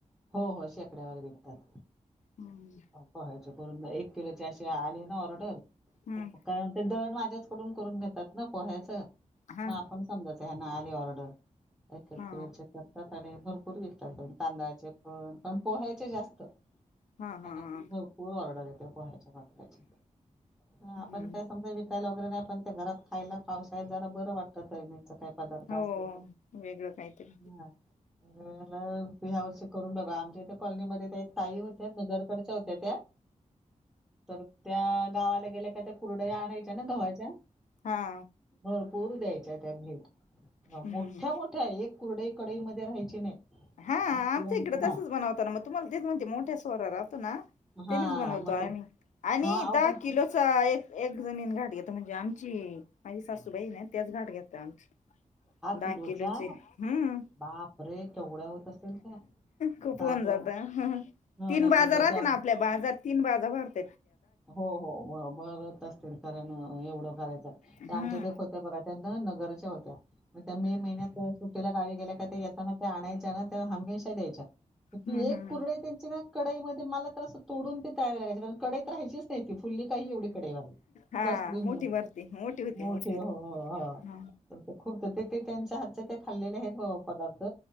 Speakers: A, in the centre; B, on the left.
A: हो हो शेकड्यावर विकतात
B: हम्म
A: पोह्याचे. करून एक किलोचे असे आले ना ऑर्डर
B: हम्म
A: कारण ते दळण माझ्याचकडून करून घेतात ना पोह्याचं
B: हा
A: मग आपण समजा त्या ह्यांना आली ऑर्डर एक एक
B: हा
A: किलोचे करतात आणि भरपूर विक तात तांदळाचे पण पण पोह्याचे जास्त त्यांना
B: हा हा हा
A: भरपूर ऑर्डर येते पोह्याच्या पापडाचे. हा
B: हम्म
A: पण काय समजा विकायला वगैरे नाही पण ते घरात खायला पावसाळ्यात जरा बरं वाटतं नेहमीचं काय पदार्थ
B: हो
A: असले तर
B: वेगळं काहीतरी
A: हा मग ह्या वर्षी करून बघा आमच्या इथं कॉलनीमध्ये त्या एक ताई होत्या नगरकडच्या होत्या त्या. तर त्या गावाला गेल्या का त्या कुरडया आणायच्या ना गव्हाच्या.
B: हा
A: भरपूर द्यायच्या त्या भेट
B: हम्म
A: मोठ्या
B: हम्म हम्म.
A: मोठ्या एक कुरडई कडई मध्ये राहायची नाही.
B: हा
A: मस्त
B: आमच्या इकडं तसंच
A: हां,
B: बनवतात मग तुम्हाला म्हणते मोठ्या सोवरा राहतो ना
A: हां,
B: तेनेच बनवतो
A: मग
B: आम्ही आणि
A: हां, अहो
B: दहा
A: पण
B: किलोचा एक एक जणीनं घाट घेतो म्हणजे आमची माझी सासूबाई
A: हां,
B: ना तेच घाट घेतं आमची. दहा
A: किलोचा
B: किलोचे हम्म.
A: बापरे! केवढ्या होत असेल त्या?
B: खूप होऊन
A: किलो
B: जातं.
A: हो
B: तीन
A: ना,
B: बाजार
A: मग
B: राहते
A: त्या
B: ना आपल्या बाजार तीन बाजार भरते.
A: हो हो भरत असतील कारण एवढं करायचं ते
B: हम्म
A: आमच्यात एक होत ते बघा त्यांना नगरच्या होत्या मग त्या मे महिन्यात सुट्टीला गावी गेल्या का ते येताना त्या आणायच्या ना त्या हमेशा द्यायच्या की
B: हम्म
A: एक
B: हम्म हम्म.
A: कुरडइ त्यांची ना कडईमध्ये मला तर असं तोडून ते तळाय लागयचे कारण कडईत ऱ्हाय चेच नाही ती फुल्ली काही एवढी कडई व्हा
B: हा
A: कसली
B: मोठी
A: मोठ
B: भरती होती
A: मोठी
B: होती
A: हो हो
B: ह
A: हो. खूप तर ते ते त्यांच्या हातच्या ते खाल्लेले आहेत पदार्थ